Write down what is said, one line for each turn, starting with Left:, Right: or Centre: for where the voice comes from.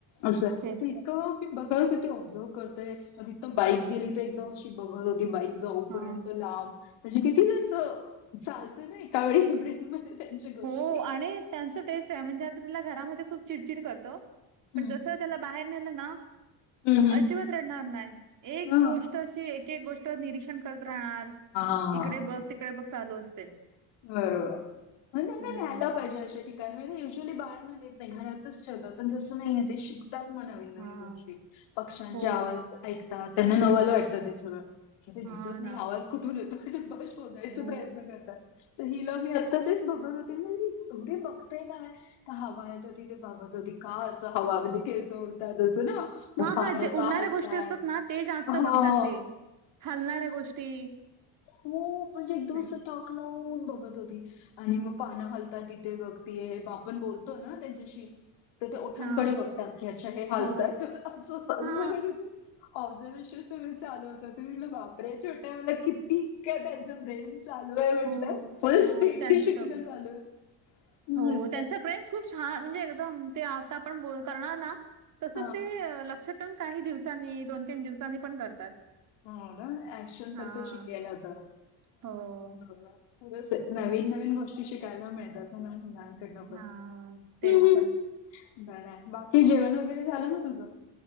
Left: असं.
Right: तेच.
Left: मी बघल तीथे ते ऑब्झर्व करते <unintelligible> तर बाईक गेली तर एकदम अशी बघत होती बाईक जाऊपर्यंत
Right: हां.
Left: लांब. म्हणजे किती त्यांच चालतं ना एका वेळी ब्रेन मध्ये त्यांच्या. गोष्टी.
Right: हो आणि त्यांचं तेच आहे म्हणजे आता तिला घरामध्ये खूप चिडचिड करतो.
Left: हं.
Right: पण जस बाहेर नेलं ना
Left: हं, हं.
Right: अजिबात रडणार नाही एक
Left: हां.
Right: गोष्ट एक एक गोष्टीवर निरीक्षण करत राहणार
Left: हां.
Right: इकडे बघ तिकडे बघ चालू असते.
Left: बरोबर मग त्याचा
Right: हम्म
Left: न <unintelligible> पाहिजे अशा ठिकाणी म्हणजे युजुअली बाळांना नेत नाही घरातच ठेवतात पण जसं नाही आहे ते शिक तात मग नवीन नवीन
Right: हा
Left: गोष्टी पक्ष्यांचे
Right: हो
Left: आवाज ऐकतात त्यांना नवाल वाटतं ते सगळं. कि ते
Right: हा
Left: दिसत नाही
Right: ना
Left: आवाज कुठून येतोय ते बाळ शोधायचा
Right: हो.
Left: प्रयत्न करतात. तर हिला मी आत्ता तेच बघत होते ना मी एवढी बघतेय काय. तर हवा येत होती ते बघत होती का अस हवा म्हणजे का सोड असं ना, मग
Right: हा
Left: पानं
Right: हा जे उडणाऱ्या
Left: हलतात?
Right: गोष्टी असतात ना ते जास्त
Left: हां.
Right: बघतात ते. हलणाऱ्या गोष्टी
Left: हो म्हणजे एक दोन
Right: ते.
Left: अस टॉक लावून बघत होती. आणि मग पानं हलतात तिथे बघतीय आपण बोलतो ना त्यांच्याशी तर ते ओठांकडे
Right: हा
Left: बघतात की अच्छा हे हालतय
Right: हो
Left: स <inaudible>
Right: हा
Left: ऑब्झर्वेशन सगळं चालू होतं म्हटल बापऱे छोट्या म की ठीक का त्यांचं ब्रेन चालू आहे म्हटलं
Right: हो
Left: फुल
Right: हो
Left: स्पीड
Right: त्यांच
Left: शिकलं चालू आहे. हं,
Right: हो
Left: असं
Right: त्यांच प्रेम खूप छान म्हणजे एकदम ते आता आपण बोल करणार ना तसच
Left: हां.
Right: ते लक्ष ठेवुन काही दिवसांनी दोन, तीन दिवसांनी पण करतात.
Left: होका आक्षन परतोल
Right: हां.
Left: तो शिकला गेला
Right: हो.
Left: होता. उलट नवीन, नवीन गोष्टी शिकायला मिळतात. लहान मुलांन कडन पण
Right: हां, तेच
Left: हम्म, हम्म.
Right: ना.
Left: बर आहे बाकी जेवण वगैरे झालं म तुझं?